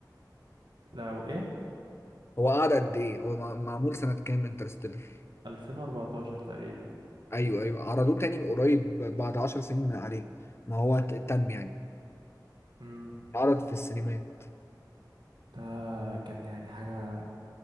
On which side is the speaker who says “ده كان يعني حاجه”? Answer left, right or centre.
Right